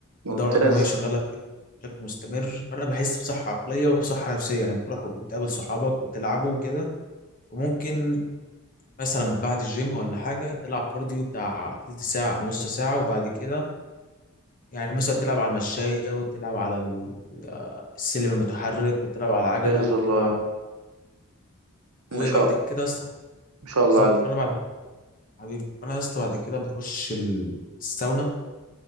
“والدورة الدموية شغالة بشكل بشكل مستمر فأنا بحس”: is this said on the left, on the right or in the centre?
Left